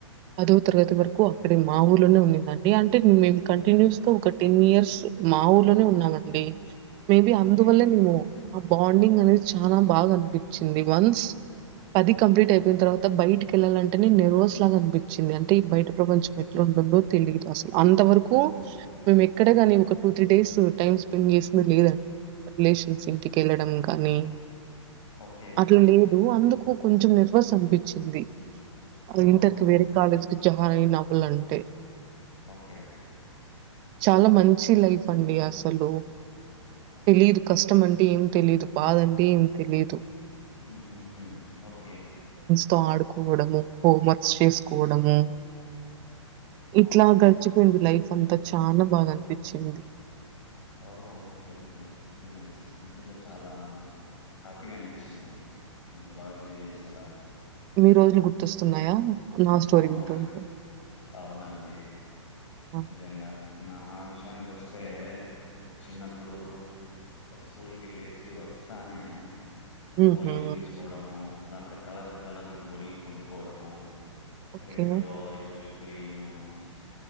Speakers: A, on the right; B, on the left.
A: పదో తరగతి వరకూ అక్కడే మా ఊర్లోనే ఉండిందండీ అంటే మేం కంటిన్యూస్ గా ఒక టెన్నియర్స్ మా ఊరు ఇంట్లోనే ఉన్నామండి మేబీ
B: ఓకే.
A: అందువల్లేనేమో ఆ బాండింగ్ అనేది చాలా బాగా అనిపిచ్చింది వన్స్ పది కంప్లీట్ అయిపోయిన తర్వాత బయిటికెల్లాలంటెనే నెర్వస్ లాగా అనిపిచ్చింది అన్ టే బయట ప్రపంచం ఎట్లుంటుందో తెలీదు అసలు, అంతవరకూ మేమెక్కడగానీ ఒక two three days so time spend చేసింది లేదండి రిలేషన్స్ ఇంటికెళ్లడం కానీ
B: ఓకే.
A: అట్లలేదు అందుకు కొంచెం నెర్వస్ అనిపిచ్చింది
B: ఓహ్!
A: ఇంటర్ కి వేరే కాలేజ్ కి ఝాయిన్ అవ్వలంటే
B: ఓకే
A: చాలా మంచి లైఫ్ అండీ అసలు తెలీదు కష్టం అంటే ఏం తెలీదు బాదంటే ఏం తెలీదు
B: మ్మ్ హూ ఓకే
A: పాడుకోవడము హోంవర్క్స్ చేసుకోడము ఇట్లా
B: అవునా అండి?
A: గడిచిపోయింది లైఫంతా చాల బాగా అనిపిచ్చింది
B: ఓహొ ఓకే ఓకే వెరీ నైస్ వింటుంటే చాలా ఆ హ్యాపీగా అనిపిస్తుందండి, ఎంత బాగా ఎంజాయ్ చేసారా అని.
A: మీ రోజులు గుర్తొస్తున్నాయా నా స్టోరీ
B: అవున
A: వింటూ ఉంటే?
B: అవునండీ
A: ఆ!
B: నిజంగా నా విష యానికొస్తే చిన్నప్పుడూ ఫస్ట్ స్కూల్ కి వెళ్ళేసి వస్తానే
A: హుహు.
B: గోలీల్ తీసుకోడమూ దాంట్లో కలర్ల కలర్ల గోలీలు కొనుక్కోడము
A: ఓకే.
B: రెడ్, ఆరంజ్, గ్రీను స్